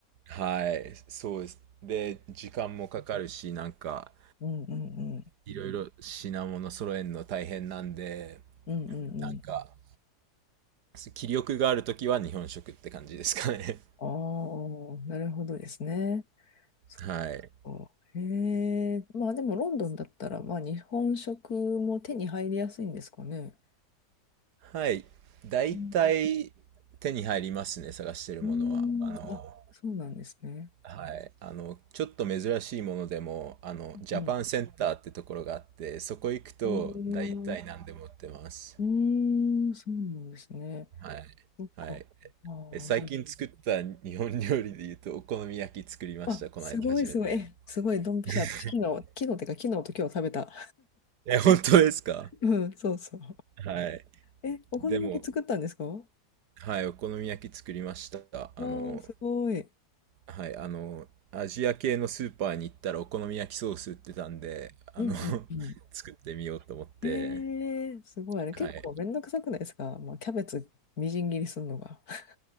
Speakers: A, on the right (about 85°); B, on the left (about 65°).
A: はい、そうです。で、時間もかかるし、なんか、
B: うんうんうん。
A: いろいろ品物揃えるの大変なんで、
B: うんうんうん。
A: なんか、気力があるときは日本食って感じですかね。
B: ああ、なるほどですね。そっかそっか。
A: <laughs> はい。
B: へえ、まあでもロンドンだったら、まあ日本食も手に入りやすいんですかね。
A: はい。大体手に入りますね、
B: うん、
A: 探してるものは。
B: うんあ、
A: あの、
B: そうなんですね。
A: はい。あの、ちょっと珍しいものでも、あの、ジャパンセンターってところがあって、
B: うん。
A: そこ行くと大体何でも売ってます。
B: へえ、うん、そうなんですね。
A: はい。
B: そっか。
A: はい。
B: あー
A: え最近作った日本料理で言うと、お好み焼き作りました、
B: あ、
A: この間初めて。
B: すごいすごい。え、すごい、ドンピシャ。
A: <laughs>
B: 私昨日、昨日ってか、昨日と今日食べた。
A: え、本当ですか
B: <laughs> うん、そうそう。
A: <laughs> はい。
B: え、お好み焼き作ったんですかわ
A: でも、はい、お好み焼き作りました。あの、
B: ー、すごい。
A: はい、あの、アジア系のスーパーに行ったらお好み焼きソース売ってたんで、あの
B: うんうんう
A: <laughs> 作ってみようと思って、
B: ん。えー、すごい。あれ結構めんどくさくないですかまあ、
A: はい、
B: キャベツみじん切りするのが。<laughs>